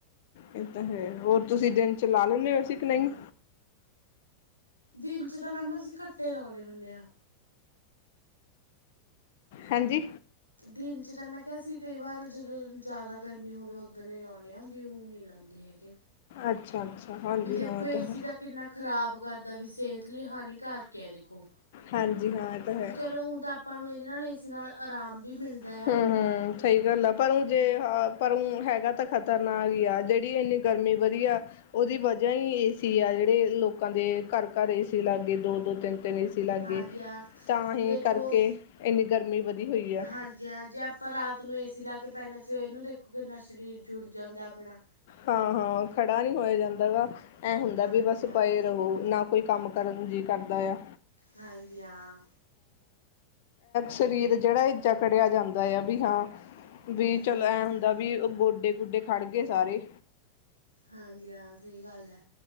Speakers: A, on the left (about 50°); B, on the left (about 85°).
A: ਇਹ ਤਾਂ ਹੈ ਹੋਰ ਤੁਸੀਂ ਦਿਨ ਚਲਾ ਲੈਦੇ ਹੋ ਏਸੀ ਕਿ ਨਹੀਂ।
B: ਦਿਨ ਚ ਤਾਂ ਮੈਮ ਅਸੀਂ ਇਕੱਟੇ ਲਾਉਣੇ ਹੁੰਦੇ ਹਾਂ।
A: ਹਾਂਜੀ।
B: ਦਿਨ ਚ ਤਾਂ ਮੈਂ ਕਿਹਾ ਸੀ ਕਈ ਵਾਰ ਜਦੋਂ ਜ਼ਿਆਦਾ ਗਰਮੀ ਹੋਵੇ ਉਦਣੇ ਹੀ ਲਾਉਂਦੇ ਹਾਂ ਵੀਊ ਉਹ ਨਹੀਂ ਲਾਉਦੇ ਹੈਗੇ।
A: ਅੱਛਾ ਅੱਛਾ ਹਾਂਜੀ
B: ਵੀ ਦੇਖੋ
A: ਹਾਂ ਇਹ
B: ਏਸੀ
A: ਤਾਂ ਹੈ
B: ਦਾ ਕਿੰਨਾ ਖ਼ਰਾਬ ਕਰਦਾ ਵੀ ਸਿਹਤ ਲਈ ਹਾਨੀਕਾਰਕ ਆ ਦੇਖੋ।
A: ਹਾਂਜੀ ਹਾਂ ਇਹ ਤਾਂ ਹੈ
B: ਵੀ ਚਲੋ ਹੁਣ ਤਾਂ ਆਪਾਂ ਨੂੰ ਇਹਦੇ ਨਾਲ ਏ ਨਾਲ ਆਰਾਮ ਵੀ ਮਿਲਦਾ
A: ਹਮ-
B: ਆ
A: ਹਮ ਸਹੀ ਗੱਲ ਆ ਪਰ ਉਹ ਜੇ ਪਰੋਂ ਹੈਗਾ ਤਾਂ ਖ਼ਤਰਨਾਕ ਹੀ ਆ ਜੇਹ ਇੰਨੀ ਗਰਮੀ ਵਧੀਆ। ਉਹਦੀ ਵਜ੍ਹਾ ਹੀ ਏਸੀ ਆ ਜਿਹੜੇ ਲੋਕਾਂ ਦੇ ਘਰ -ਘਰ ਏਸੀ ਲੱਗ ਗਏ ਦੋ -ਦੋ ਤਿੰਨ ਨਹੀਂ ਸੀ ਲੱਗੇ
B: ਹਾਂਜੀ ਹਾਂ
A: ਤਾਂ
B: ਵੀ
A: ਹੀ
B: ਦੇਖੋ
A: ਕਰਕੇ ਇੰਨੀ ਗਰਮੀ ਵਧੀ ਹੋਈ ਆ।
B: ਹਾਂਜੀ ਹਾਂ ਜੇ ਆਪਾਂ ਰਾਤ ਨੂੰ ਏਸੀ ਲਾ ਕੇ ਪੈਣਾ ਸਵੇਰ ਨੂੰ ਦੇਖੋ ਕਿੰਨਾ ਸਰੀਰ ਜੁੜ ਜਾਂਦਾ ਆਪਣਾ।
A: ਹਾਂ ਹਾਂ ਖੜਾ ਨਹੀਂ ਹੋਇਆ ਜਾਂਦਾ ਵਾ ਐ ਹੁੰਦਾ
B: ਹਾਂਜੀ
A: ਵੀ ਬਸ
B: ਹਾਂ
A: ਪਏ ਰਹੋ ਨਾ ਕੋਈ ਕੰਮ ਕਰਨ ਜੀ ਕਰਦਾ ਆ।
B: ਹਾਂਜੀ ਹਾਂ।
A: ਸਰੀਰ
B: ਵੀ
A: ਜਿਹੜਾ ਏ ਜਕੜਿਆ ਜਾਂਦਾ ਆ ਵੀ ਹਾਂ। ਵੀ
B: ਹਾਂਜੀ
A: ਚਲੋ ਐਂ ਹੁੰਦਾ
B: ਹਾਂ
A: ਵੀ ਗੋਡੇ -ਗੋਡੇ ਖੜ ਗਏ ਸਾਰੇ
B: ਹਾਂਜੀ ਹਾਂ ਸਹੀ ਗੱਲ ਹੈ।